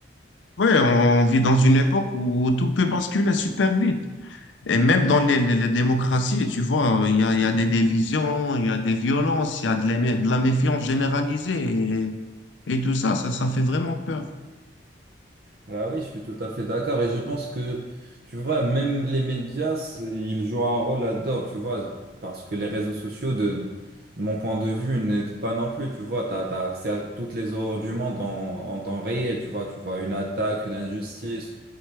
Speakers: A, on the left (about 80°); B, on the right (about 55°).
A: Ouais, on vit dans une époque où tout peut basculer super vite. Et même dans les, les- les démocraties, tu vois, il y a, il y a des divisions, il y a des violences, il y a de la, mé- de la méfiance généralisée et, et tout ça, ça, ça fait vraiment peur.
B: Ah oui, je suis tout à fait d'accord et je pense que tu vois, même les médias, c'est- ils jouent un rôle là-dedans, tu vois, parce que les réseaux sociaux de de mon point de vue, n'aident pas non plus, tu vois, t'as, t'as accès à toutes les horreurs du monde en, en temps réel, tu vois, tu vois une attaque, une injustice,